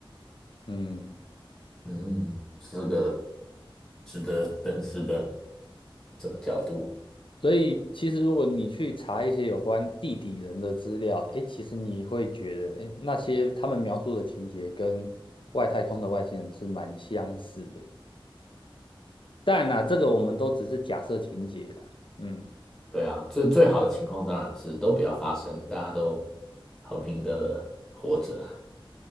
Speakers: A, on the left; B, in the centre.
A: 嗯。
B: 嗯，是个值得深思的这个角度。
A: 所以其实如果你去查一些有关地底人的资料，诶，其实你会觉得，诶，那些他们描述的情节跟外太空的外星人是蛮相似的。当然啦，这个我们都只是假设情节啦，嗯，
B: 对啊，最最好的情况当然是都不要发生，大家都和平的活着。